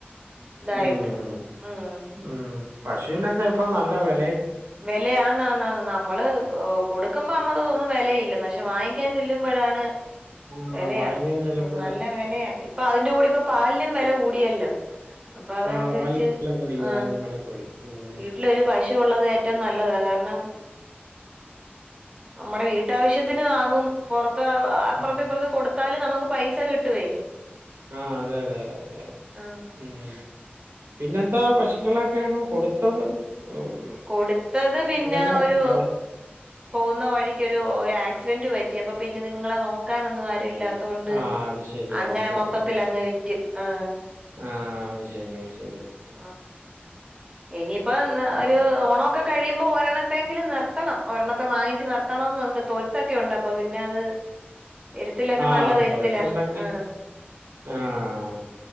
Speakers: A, on the right (about 20°); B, on the right (about 85°).
A: തായിട്ട്
B: ഉം
A: ഉം
B: ഉം പശുവിനൊക്കെ ഇപ്പൊ നല്ല വെ
A: വെല ആന്നാന്ന ന്ന നമ്മള് കൊടുക്കുമ്പോ നമ്മക്ക് തോന്നും വെലയില്ലെന്ന് പക്ഷെ വാങ്ങിക്കാൻ ചെല്ലുമ്പോഴാണ്
B: ആ
A: വെലയാ
B: വാങ്ങിയാൽ ചെല്ലുമ്പോൾ
A: ഉം നല്ല വെലയാ ഇപ്പൊ അതിന്റെ കൂടി ഇപ്പൊ പാലിനും വെല കൂടിയല്ലോ അപ്പൊ അതനുസരിച്ച്
B: ആ പാലിനും വില കൂടി
A: ആ
B: പാലിനും വില കൂടി ഉം.
A: വീട്ടിലൊരു പശുവുള്ളത് എ നല്ലതാ കാര്ണം മ്മടെ വീട്ടാവശ്യത്തിന് ആകും പൊറത്ത് ത്ത് അ അപ്പുറത്ത്
B: ഉം.
A: ഇപ്പുറത്ത് കൊടുത്താലും നമക്ക് പൈസ കിട്ടുവേ
B: ആഹ് അതെ അതെ അതെ
A: ആഹ്
B: ഉം പിന്നെന്താ പശുക്കളൊക്കെങ്ങ് കൊടുത്തത് ഉം.
A: കൊടുത്തത് പിന്നെ
B: വില
A: ഒരു
B: ആര്
A: പോവ്ന്ന വഴിക്ക് ഒര് ആക്സിഡന്റ് പറ്റി അപ്പൊ പിന്നിത്ങ്ങളെ നോക്കാനൊന്നു ആരു ഇല്ലാത് അതോണ്ട്
B: ആ അത് ശരി
A: അങ്ങനെ
B: അത് ശരി
A: മൊത്തത്തിലങ്ങ് വിറ്റ്. ആഹ്
B: ആഹ് അയ് ശെരി അയ് ശെ
A: ആഹ് ഇനിയിപ്പ ന്ന്
B: ഉം.
A: ഒര് ഓണോക്കെ കഴിയ്മ്പോ ഒരെണ്ണത്തെയെങ്കിലും നിർത്തണം. ഒരെണ്ണത്തെ വാങ്ങിച്ച് നിർത്തണോന്നുണ്ട്. തൊഴുത്തൊ ക്കെതൊണ്ട്. അപ്പൊ പിന്നെ അത് എരുത്തിലൊക്കെ
B: ആഹ്
A: നല്ലത് എരുത്തിലാ
B: തൊഴുത്തൊണ്ടെങ്കി
A: ആ
B: ആഹ്